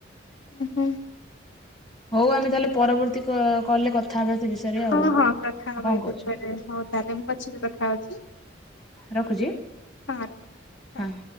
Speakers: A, on the left; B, on the left.
A: ଉଁ ହୁଁ।
B: ହୋଉ ଆମେ ତାଲେ ପରବର୍ତ୍ତୀ କଲରେ କଥା ହବା ସେ ବିଷୟରେ
A: ହଁ
B: ଆଉ।
A: ହଁ କଥା ହବା
B: କଣ
A: ଏଇ
B: କହୁଛ
A: ବିଷୟରେ ହଉ ତାଲେ ମୁଁ ପଛରେ କଥା ହୋଉଚି।
B: ରଖୁଚି
A: ରଖୁଛି ଟା
B: ହଁ।
A: ଟା।